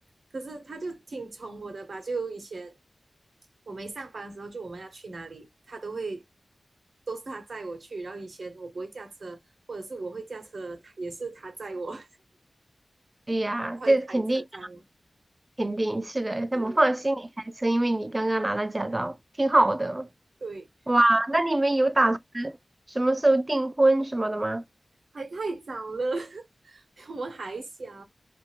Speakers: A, on the right; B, on the right.
A: 可是他就挺宠我的吧，就以前我没上班的时候，就我们要去哪里，他都会都是他载我去，然后以前我不会驾车，或者是我会驾车，也是他载我。
B: 对呀，
A: 会开车载我。
B: 这肯定肯定是的，他不放心你开车，
A: 嗯，
B: 因为你刚刚拿到驾照，挺好的。
A: 对，
B: 哇，那你们有打算什么时候订婚什么的吗？
A: 还太早了，<laughs> 我们还小，